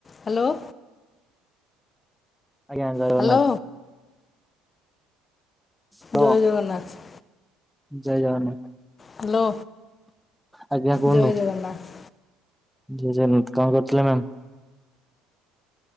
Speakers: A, on the left; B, in the centre.
A: Hello.
B: ଆଜ୍ଞା ଜୟ Jagannath.
A: hello
B: Hello
A: ଜୟ ଜଗନ୍ନାଥ।
B: ଜୟ ଜଗନ୍ନାଥ।
A: ହ୍ୟାଲୋ।
B: ଆଜ୍ଞା କୁହନ୍ତୁ
A: ଜୟ ଜଗନାଥ।
B: ଜୟ ଜଗନ୍ନାଥ କଣ କରୁଥିଲେ ମ୍ୟାାମ।